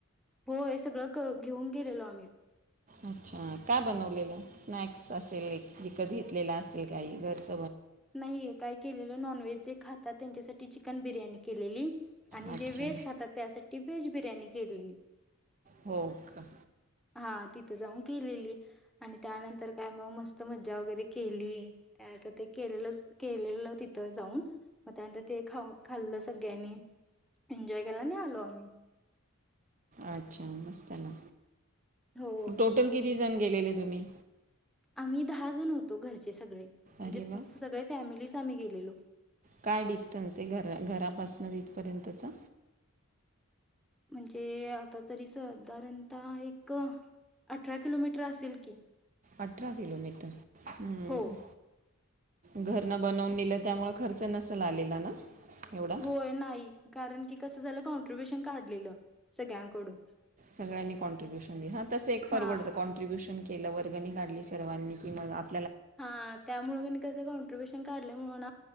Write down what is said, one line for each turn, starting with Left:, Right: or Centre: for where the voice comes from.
Centre: होय सगळं घेऊन गेलेलो आम्ही.
Right: अच्छा काय बनवलेलं स्नॅक् असेली कधी ले असेल काही घरच.
Centre: नाहीये काय केलेलं नॉनव्हेज जे खात- तात त्यांच्यासाठी चिकन बिर्याणी केलेली. आणि
Right: अच्छा
Centre: जे वेज खातात त्यासाठी- वेज बिर्याणी केलेली.
Right: हो का?
Centre: हा तिथं जाऊन केलेली. आणि त्यानंतर काय मग मस्त- मज्जा वगैरे केली त्या आता ते- केलेलं केलेलं तिथं जाऊन- मग त्यानंतर ते खाऊ खाल्लं सगळ्यांनी. एन्जॉय केल आणि आलो आम्ही.
Right: अच्छा मस्त आहे ना.
Centre: हो,
Right: टोटल किती जण -- गेलेले तुम्ही?
Centre: आम्ही दहा जण होतो घरचेच. सगळे म्हणजे
Right: अरे वा
Centre: पूफ सगळे फॅमिली आम्ही गेलेलो.
Right: काय डिस्टन्स आहे घरा घरापासून इथपर्यंतचा?
Centre: म्हणजे आता तरी साधारणतः एक अठरा किलोमीटर असेल की.
Right: अठरा किलोमीटर हम्म.
Centre: हो,
Right: घरन बनवून नेल त्यामुळे खर्च नसेल आलेला ना? एवढा
Centre: होय. नाही. कारण की -- तसं झालं कॉन्ट्रीब्युशन काढलेलं सगळ्यांकडून- -
Right: सगळ्यांनी कॉन्ट्रीब्युशन हा तस एक परवडतं
Centre: हां,
Right: कॉन्ट्रब्यूशन -- केलं वर्गणी काढली सर्वांनी कि मग अप
Centre: हा त्यामुळे कनी कसं कॉन्ट्रीब्युशन काढल -- म्हणून